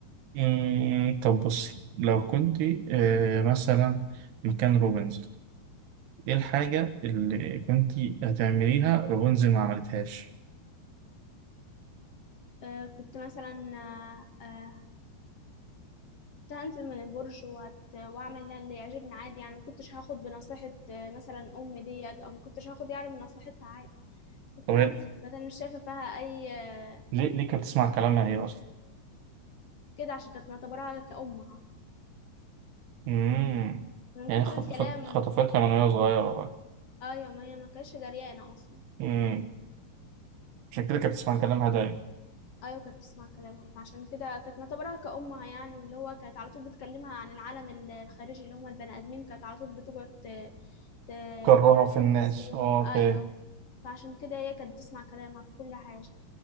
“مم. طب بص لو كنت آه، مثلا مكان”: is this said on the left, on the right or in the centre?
Right